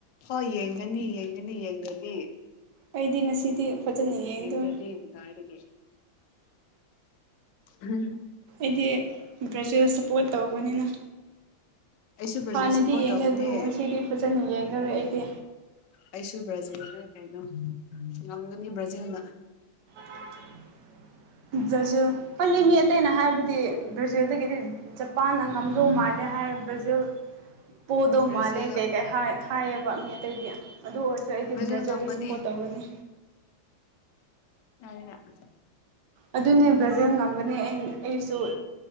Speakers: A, on the left; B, on the right.
A: ꯍꯣꯏ ꯌꯦꯡꯒꯅꯤ ꯌꯦꯡꯒꯅꯤ ꯌꯦꯡꯒꯗꯤ
B: ꯑꯩꯗꯤ ꯉꯁꯤꯗꯤ ꯐꯖꯅ ꯌꯦꯡꯗꯣꯏꯔ
A: ꯌꯦꯡꯗ꯭ꯔꯗꯤ ꯀꯗꯥꯏꯗꯒꯤ ꯎꯝ
B: ꯑꯩꯗꯤ ꯕ꯭ꯔꯥꯖꯤꯜꯗ ꯁꯞꯄꯣꯔꯠ ꯇꯧꯕꯅꯤꯅ
A: ꯑꯩꯁꯨ ꯕ꯭ꯔꯥꯖꯤꯜ
B: ꯍꯥꯟꯅꯗꯤ
A: ꯁꯞꯄꯣꯔꯠ
B: ꯌꯦꯡꯗꯦ
A: ꯇꯧꯕꯅꯦ
B: ꯑꯗꯨꯕꯨ ꯉꯁꯤꯗꯤ ꯐꯖꯅ ꯌꯦꯡꯗꯔꯦ ꯑꯩꯗꯤ
A: ꯑꯩꯁꯨ ꯕ꯭ꯔꯥꯖꯤꯜꯅꯦ ꯀꯩꯅꯣ ꯉꯝꯒꯅꯤ ꯕ꯭ꯔꯥꯖꯤꯜꯅ
B: <unintelligible> <inaudible> ꯕ꯭ꯔꯥꯖꯤꯜ ꯑꯩꯈꯣꯏꯂꯤ ꯃꯤ ꯑꯇꯩꯅ ꯍꯥꯏꯔꯕꯗꯤ ꯕ꯭ꯔꯥꯖꯤꯜꯗꯒꯤꯗꯤ ꯖꯄꯥꯟꯅ ꯉꯝꯗꯧ ꯃꯥꯜꯂꯦ ꯍꯥꯏꯔ ꯕ꯭ꯔꯖꯤꯜ ꯄꯣꯗꯧ
A: ꯕ꯭ꯔꯥꯖꯤꯜ
B: ꯃꯥꯜꯂꯦ ꯀꯩꯀꯩ ꯍꯥꯏꯌꯦꯕ ꯃꯤ ꯑꯇꯩꯗꯤ ꯑꯗꯨ ꯑꯣꯏꯔꯁꯨ ꯑꯩꯗꯤ
A: ꯕ꯭ꯔꯥꯖꯤꯜ
B: ꯕ꯭ꯔꯥꯖꯤꯜꯗ
A: ꯉꯝꯒꯅꯤ
B: ꯁꯞꯄꯣꯔꯠ ꯇꯧꯒꯅꯤ
A: ꯑ <inaudible>
B: ꯑꯗꯨꯅꯦ ꯕ꯭ꯔꯥꯖꯤꯜ ꯉꯝꯒꯅꯤ ꯑꯩꯁꯨ